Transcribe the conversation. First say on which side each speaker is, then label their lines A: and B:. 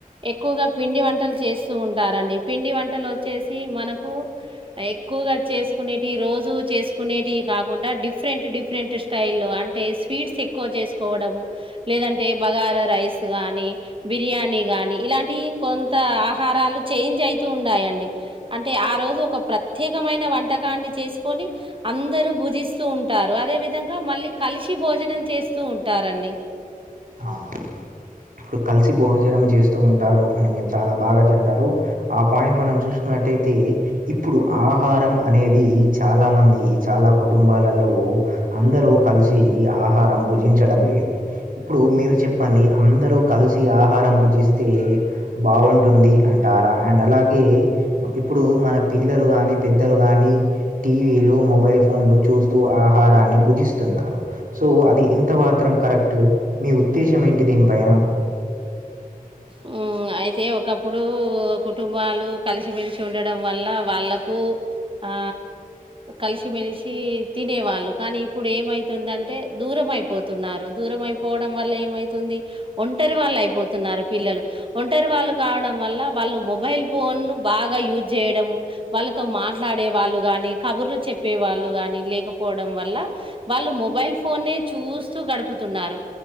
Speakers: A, on the right; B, on the right.
A: ఎక్కువగా పిండి వంటలు చేస్తూ ఉంటారండి పిండి వంటలు వచ్చేసి మనకు ఎ. క్కువగా చేసుకునేటి రోజు చేసుకునేవి కాకుండా డిఫరెంట్ డిఫరెంట్ స్టైల్లో అంటే. స్పీడ్స్ ఎక్కువ చేసుకోవడము. లేదంటే బగారా రైస్ కానీ బిర్యానీ గానీ ఇలాంటి కొంత ఆహారాలు. చేంజ్ అవుతూ ఉంటాయండి అంటే ఆ రోజు ఒక ప్రత్యేకమైన వంటకాన్ని చేసుకొని. అందరూ భుజిస్తూ ఉంటారు అదే విధంగా మళ్ళీ కలిసి భోజనం చేస్తూ ఉంటారండి.
B: అవును ఇప్పుడు కలిసి భోజనం చేస్తూ ఉంటారు అని మీరు చాలా. బాగా చెప్పారు ఆ పాయింట్ మనం చూసుకున్నట్టయితే. ఇప్పుడు ఆహారం అనేది చాలా మంది చాలా కుటుంబాలలో అందరూ. కలిసి ఆహారం భుజించడం లేదు ఇప్పుడు మీరు చెప్పండి అందరు కలిసి ఆహ. హరం పూజిస్తే బాగుంటుంది అంటారా అండ్ అలాగే ఇప్పుడు మన. పిల్లలు గాని పెద్దలు గాని టీవీలు, మొబైల్ ఫోన్లు చూస్త. స్తూ ఆహారాన్ని భుజిస్తున్నారు సో అది ఎంత మాత్రం కరెక్ట్. మీ ఉద్దేశం ఏంటి దీనిపైన.
A: మ్మ్ అయితే ఒకప్పుడు కుటుంబాలు కలిసిమెలిసి ఉండడం వల్ల వాళ్ళలకు. ఆ కలిసి మెలిసి. తినేవాళ్ళు కానీ ఇప్పుడు ఏమైతుందంటే దూర అయిపోతున్నారు దూరం అయిపోవడం వల్ల ఏమైతుంది. ఒంటరి వాళ్ళు అయిపోతున్నారు పిల్లలు ఒంటరి వాళ్ళు కావడం వల్ల వాళ్ళు మొబైల్ ఫోన్లు. బాగా యూజ్ చేయడము వాళ్ళతో మాట్లాడే వాళ్ళు గాని కబుర్లు చెప్పే వాళ్ళు గాని లే. పోవడం వల్ల వాళ్ళు మొబైల్ ఫోన్ చూస్తూ గడుపుతున్నారు